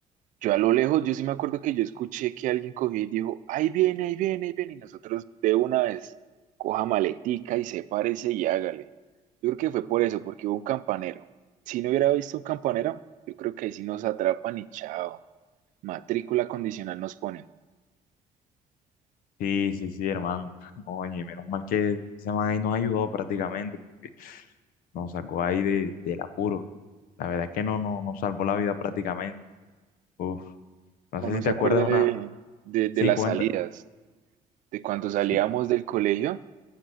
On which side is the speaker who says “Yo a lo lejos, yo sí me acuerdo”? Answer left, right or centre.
Right